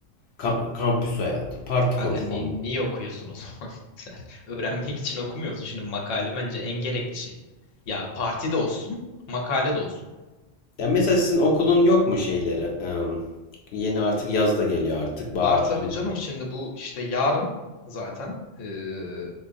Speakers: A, on the left; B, on the left.
A: ka- kampüs hayatı, parti
B: E Kanka
A: konuşmamız.
B: ni- niye okuyorsun o zaman? <laughs> Sen öğrenmek için okumuyor musun? Şimdi makale bence en gerekli şey. Ya parti de olsun, makale de olsun.
A: Yani mesela sizin okulun yok mu şeyleri? Eee, yeni artık yaz da geliyor artık. Baharın
B: Var tabii canım şimdi bu işte yarın zaten eee,